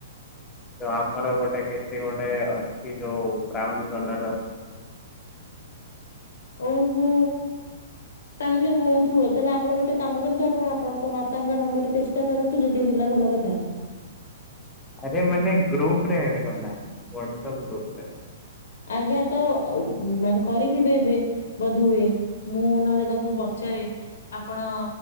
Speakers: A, on the left; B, on the left.
A: ଯୋଉ ଆମର ଗୋଟେ କିଛି ଗୋଟେ ଅଛି ଯୋଉ ବ୍ରାଉନ କଲର ର।
B: ଓହୋ। ତାହେଲେ ହଉଥିବ ତାହେଲେ ଆପଣ ଗୋଟେ କାମ କରନ୍ତୁ ଆପଣ ଆପଣଙ୍କ ମାତାଙ୍କ ନମ୍ବର ରେ ଚେଷ୍ଟା କରନ୍ତୁ ଯଦି ହେଲା ଭଲ କଥା।
A: ଆରେ ମାନେ ଗ୍ରୁପ ରେ ଆଡ କଲା ହାୱଟସପ ଗ୍ରୁପରେ।
B: ଆଜ୍ଞା ତ ମାନେ କରିଥିବେ ଏବେ? ବୋଧୋ ହୁଏ ମୁଁ ନହଲେ ତାଙ୍କୁ ପଚାରେ ଆପଣ